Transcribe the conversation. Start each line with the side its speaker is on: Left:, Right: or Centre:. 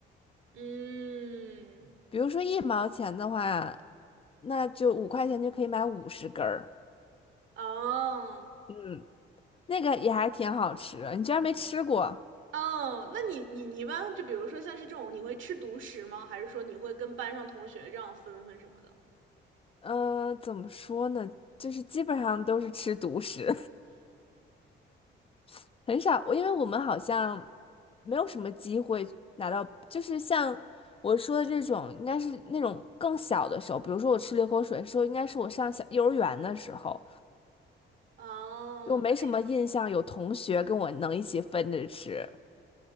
Right: 嗯，
Left: 比如说一毛钱的话。那就五块钱就可以买五十根儿，
Right: 哦。
Left: 嗯，那个也还挺好吃的。你居然没吃过？
Right: 哦，那你你你一般就比如说像是这种，你会吃独食吗？还是说你会跟班上同学这样分分什么的？
Left: 嗯，怎么说呢？就是基本上都是吃独食，<laughs> 很少。因为我们好像没有什么机会拿到，就是像我说的这种，应该是那种更小的时候。比如说我吃流口水的时候，应该是我上小幼儿园的时候，
Right: 哦，
Left: 就没什么印象有同学跟我能一起分着吃。
Right: 那也，